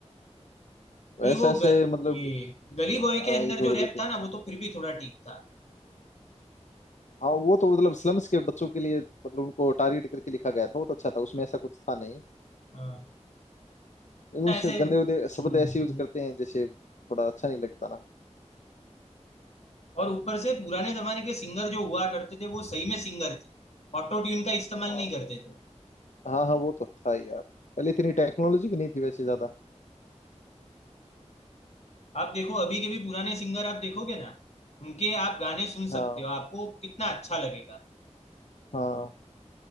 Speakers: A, on the left (about 65°); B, on the left (about 80°).
A: नहीं
B: ऐसे
A: वो
B: ऐसे
A: ग,
B: मतलब
A: ये गली बॉय के
B: आ, ये
A: अंदर
B: जोड़
A: जो रैप
B: देते
A: था
B: हैं
A: ना वो तो फिर भी थोड़ा ठीक था
B: हाँ वो तो मतलब स्लम्स के बच्चों के लिए मतलब उनको टारगेट करके लिखा गया था वो तो अच्छा था उसमें ऐसा कुछ था नहीं
A: हाँ, उतना
B: लेकिन उस
A: ऐसे हम्म,
B: गंदे उदे शब्द ऐसे यूज
A: हम्म।
B: करते हैं जैसे थोड़ा अच्छा नहीं लगता
A: और ऊपर से पुराने जमाने के सिंगर जो हुआ करते थे वो सही में सिंगर थे ऑटो ट्यून का इस्तेमाल
B: ना
A: नहीं करते थे
B: हाँ हाँ वो तो था ही यार पहले इतनी टेक्नोलॉजी भी नहीं थी वैसे ज्यादा
A: आप देखो अभी के भी पुराने सिंगर आप देखोगे ना उनके आप गाने सुन सकते
B: हाँ
A: हो आपको कितना अच्छा लगेगा
B: हाँ